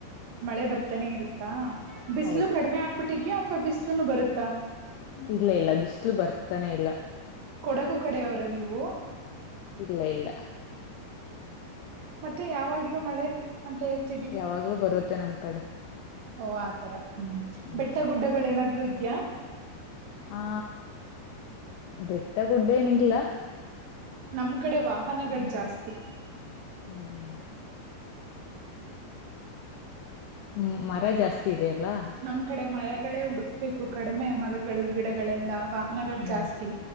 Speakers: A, on the right; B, on the left.
A: ಮಳೆ ಬರ್ತಾನೆ ಇರುತ್ತಾ ಬಿಸ್ಲು
B: ಹೌದು
A: ಕಡಿಮೆ ಆಗ್ಬಿಟ್ಟಿದ್ಯಾ ಅಥವಾ ಬಿಸ್ಲುನು ಬರುತ್ತಾ.
B: ಇಲ್ಲ ಇಲ್ಲ ಬಿಸಲು ಬರ್ತಾನೆಯಿಲ್ಲ.
A: ಕೊಡಗು ಕಡೆ ಅವರಾ ನೀವು.
B: ಇಲ್ಲ ಇಲ್ಲ.
A: ಮತ್ತೆ ಯಾವಾಗಲೂ ಮಳೆ ಅಂತ ಹೇಳ್ತಿರಾ.
B: ಯಾವಾಗ್ಲೂ ಬರುತ್ತೆ ನಮ್ಮ ಕಡೆ.
A: ಓಹೋ ಆತರ
B: ಹ್ಮ್
A: ಬೆಟ್ಟ
B: ಹ್ಮ್.
A: ಗುಡ್ಡಗಳು ಏನಾದ್ರೂ ಇದಿಯಾ.
B: ಆ ಬೆಟ್ಟ ಗುಡ್ಡ ಏನಿಲ್ಲ.
A: ನಮ್ಮ ಕಡೆ ವಾಹನಗಳು
B: ಹ್ಮ್
A: ಜಾಸ್ತಿ.
B: ಹ್ಮ್. ಹ್ಮ್ ಮರ ಜಾಸ್ತಿ. ಇದೆ ಅಲ್ಲಾ.
A: ನಮ್ಮ ಕಡೆ ಮರಗಳೇ ಹುಡುಕಬೇಕು ಕಡಿಮೆ ಮರಗಳು ಗಿಡಗಳೆಲ್ಲಾ ವಾಹನಗಳು
B: ಹ್ಮ್
A: ಜಾಸ್ತಿ.